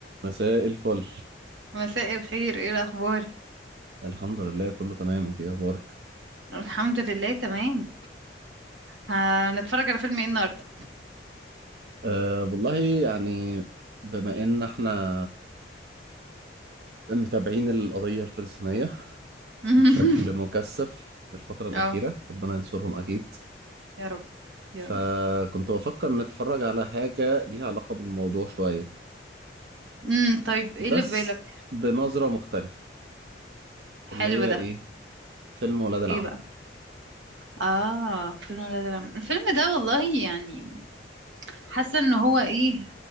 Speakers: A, on the right; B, on the right.
A: مساء الفل
B: مساء الخير ايه الاخبار
A: الحمد لله كله تمام انت ايه اخبارك
B: الحمد لله تمام هنتفرج على فيلم ايه النهارده
A: أه والله يعني بما ان احنا متابعين القضية الفلسطينية
B: <laughs>
A: بشكل مكثف الفترة الأخيرة
B: اه
A: ربنا ينصرهم أكيد
B: يا رب يا
A: فكنت
B: رب
A: بفكر نتفرج على حاجة ليها علاقة بالموضوع شوية
B: امم طيب ايه
A: بس
B: اللي في بالك
A: بنظرة مختلفة اللي
B: حلو
A: هي
B: ده
A: ايه فيلم ولاد العم
B: ايه بقى اه فيلم ولاد العم الفيلم ده والله يعني حاسه ان هو ايه